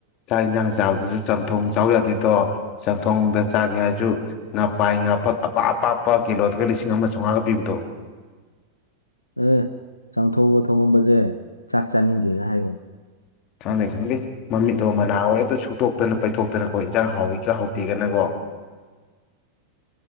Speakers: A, on the left; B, on the left.
A: ꯆꯥꯛ ꯌꯦꯟꯁꯥꯡ ꯆꯥꯕꯗꯁꯨ ꯆꯝꯊꯣꯡ ꯆꯥꯎ ꯌꯥꯗꯦꯗꯣ ꯆꯦꯟꯊꯣꯡꯗ ꯆꯥꯒꯦ ꯍꯥꯏꯔꯁꯨ ꯉꯥ ꯄꯥꯏ ꯉꯥꯐꯥꯛ ꯑꯄꯥꯞ ꯑꯄꯥꯞꯄ ꯀꯤꯂꯣꯗꯒ ꯂꯤꯁꯤꯡ ꯑꯃ ꯆꯥꯎꯉꯥ ꯄꯤꯕꯗꯣ
B: ꯑꯦ ꯆꯝꯊꫭꯡꯀ ꯊꯣꯡꯉꯝꯕꯁꯦ ꯆꯥꯛ ꯆꯥꯅꯤꯡꯗꯦꯅ ꯍꯥꯏꯕꯅꯦ
A: ꯈꯪꯗꯦ ꯈꯪꯗꯦ ꯃꯃꯤꯠꯇꯣ ꯃꯅꯥꯍ ꯑꯝꯇ ꯁꯨꯛꯇꯣꯛꯇꯅ ꯄꯩꯊꯣꯛꯇꯅꯀꯣ ꯏꯟꯁꯥꯡ ꯍꯥꯎꯋꯒ ꯍꯥꯎꯗꯦꯒꯅꯀꯣ <inaudible>